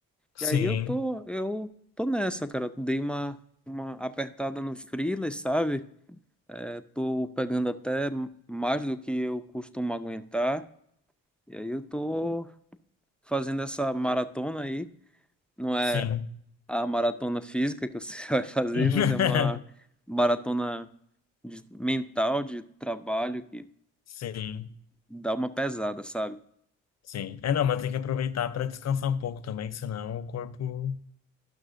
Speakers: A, on the left; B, in the centre.
A: Sim.
B: E aí eu tô, eu tô nessa, cara. Dei uma, uma apertada no freelas, sabe? É, tô pegando até mais do que eu costumo aguentar. E aí eu tô fazendo essa maratona aí. Não é
A: Sim.
B: a maratona física que você <laughs> vai fazer,
A: <laughs>
B: mas é uma maratona de- mental de trabalho que
A: Sim.
B: dá uma pesada, sabe?
A: Sim. É, não, mas tem que aproveitar para descansar um pouco também, que senão o corpo